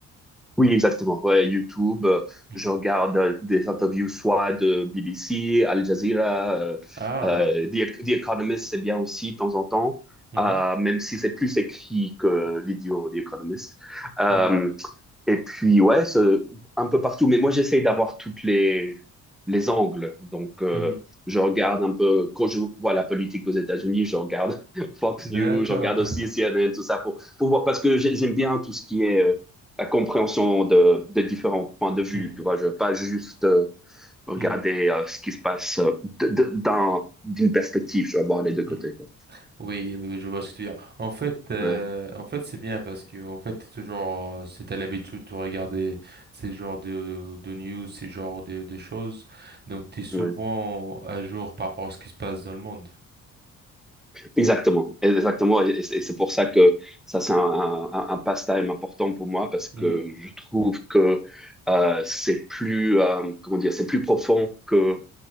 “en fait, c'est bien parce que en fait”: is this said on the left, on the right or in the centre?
Right